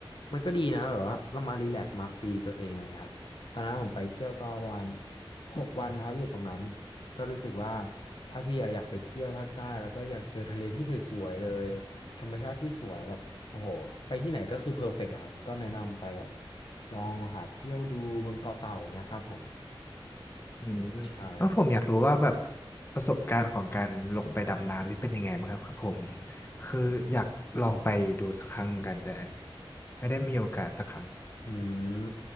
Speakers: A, on the left; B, on the left.
A: มันก็ดีนะแบบว่าเรามารีแลกซ์มาฟรีตัวเองอะไรครับตอนนั้นผมไปเที่ยวก็ประมาณหกวันครับอยู่ตรงนั้นก็รู้สึกว่าถ้าพี่อะอยากไปเที่ยวภาคใต้แล้วก็อยากเจอทะเลที่สวยๆเลย ธรรมชาติที่สวยแบบโอ้โหไปที่ไหนก็คือเพอร์เฟกต์อะครับก็แนะนำไปแบบลองหาเที่ยวดูบนเกาะเต่าเนี้ยครับผม
B: อืม
A: ใช่ครับ
B: เออผมอยากรู้ว่าแบบประสบการณ์ของการลงไปดำน้ำนี่เป็นยังไงบ้างครับคือผมคืออยากลองไปดูสักครั้งเหมือนกันแต่ไม่ได้มีโอกาสสักครั้ง
A: อืม